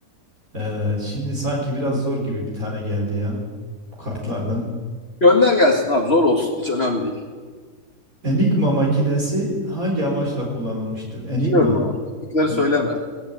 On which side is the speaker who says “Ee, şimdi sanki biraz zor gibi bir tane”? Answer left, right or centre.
Right